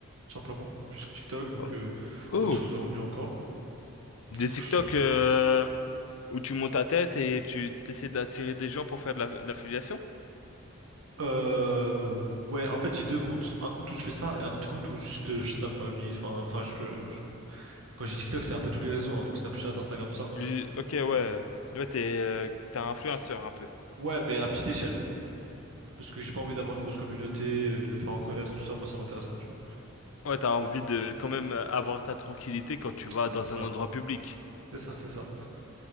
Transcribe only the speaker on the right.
tout simplement. Je suis sur TikTok donc
euh,
autre source de revenus encore.
Donc
je
Euh, ouais, en fait, j'ai deux comptes. Un compte où je fais ça et un autre compte où juste euh, je tape ma vie. Enfin, enfin, je, peux- je- quand j'ai TikTok, c'est un peu tous les réseaux, hein, donc Snapchat, Instagram, tout ça.
Ouais, mais à petite échelle. Parce que j'ai pas envie d'avoir une grosse communauté, euh, de me faire reconnaître, tout ça. Moi, ça m'intéresse pas, tu vois.
C'est
ça,
c'est ça, c'est ça.